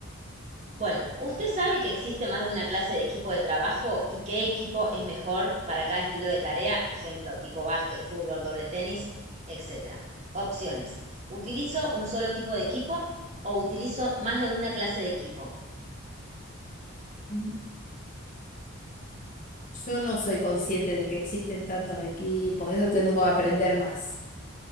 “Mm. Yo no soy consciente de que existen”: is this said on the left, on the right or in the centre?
Left